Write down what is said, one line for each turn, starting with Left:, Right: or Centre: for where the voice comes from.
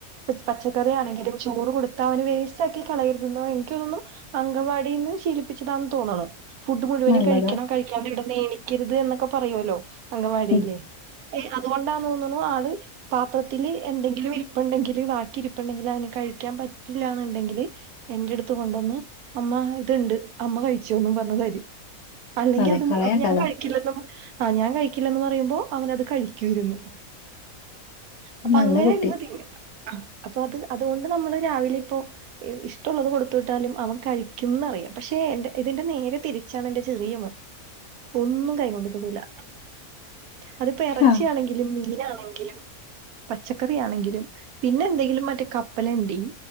Right: പച്ചക്കറി ആണെങ്കിലും ചോറ് കൊടുത്താ അവന് വേസ്റ്റ് ആക്കി കളയരുതെന്നോ എനിക്കതൊന്നും അങ്കവാടിന്ന് ശീലിപ്പിച്ചതാണന്ന് തോന്നണു ഫുഡ് മുഴുവനും
Left: നല്ലതാ
Right: കഴിക്കണം കഴി കഴിക്കണ്ട് ഇവിടെ നീണിക്കരുത് എന്നൊക്കെ പറയുമല്ലോ അങ്കവാടിന്ന്
Left: ഉം
Right: ഏ അതുകൊണ്ടാ തോന്നുന്നു ആള് പാത്രത്തില് എന്തെങ്കിലും ഇരിപ്പുണ്ടെങ്കില് ബാക്കി ഇരിപ്പുണ്ടെങ്കിൽ അതിന് കഴിക്കാൻ പറ്റില്ല എന്നുണ്ടെങ്കില് എന്റെ അടുത്ത് കൊണ്ടുവന്ന് അമ്മ ഇത്ണ്ട് അമ്മ കഴിച്ചോന്ന് പറഞ്ഞു തരും അല്ലെങ്കി
Left: അതെ
Right: അത്
Left: കളയണ്ടല്ലോ
Right: അപ്പൊ ഞാൻ കഴിക്കില്ലെന്നും ആ ഞാൻ കഴിക്കില്ലന്ന് പറയുമ്പോ അവനത് കഴിക്കുരുന്നു അപ്പൊ
Left: നല്ല
Right: അങ്ങനെ
Left: കുട്ടി
Right: ഇരുന്ന തിന്നു അഅപ്പൊ അത് അതുകൊണ്ട് നമ്മള് രാവിലെ ഇപ്പോ ഇഷ്ടള്ളത് കൊടുത്തു വിട്ടാലും അവക്ക് കഴിക്കുംന്ന്റിയാം പക്ഷെ എന്റെ ഇതിന്റെ നേരെ തിരിച്ചാണ് എന്റെ ചെറിയ മോൻ ഒന്നും കൈ കൊണ്ട് തോടൂല അതിപ്പോ ഇറച്ചിയാണെങ്കിൽ
Left: ആഹ്
Right: ലും മീനാണെങ്കിലും പച്ചക്കറി ആണെങ്കിലും പിന്നെ എന്തെങ്കിലും മറ്റേ കപ്പലണ്ടി